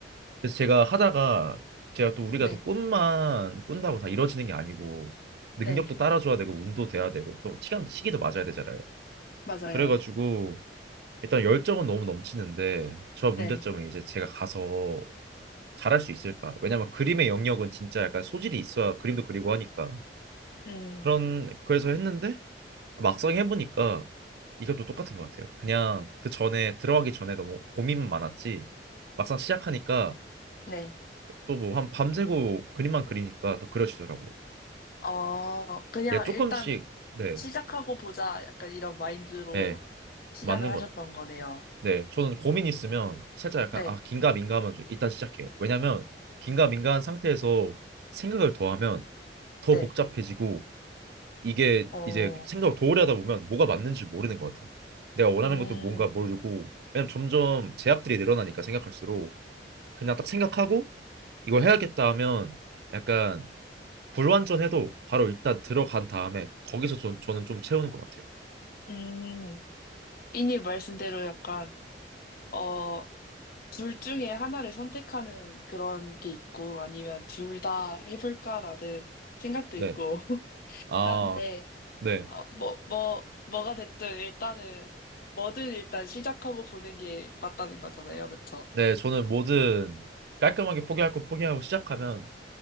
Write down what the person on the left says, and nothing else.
네,
네,
맞아요.
네,
음,
네.
어, 그냥
일단
시작하고 보자. 약간 이런 마인드로
시작을
하셨던
거네요.
네,
네.
어,
음,
음. 삐님 말씀대로 약간, 어, 둘 중에 하나를 선택하는 그런 게 있고, 아니면 둘 다 해볼까라는 생각도
있고 <laughs>
하는데,
어, 뭐, 뭐, 뭐가 됐든 일단은, 뭐든 일단 시작하고 보는 게 맞다는 거잖아요. 그쵸?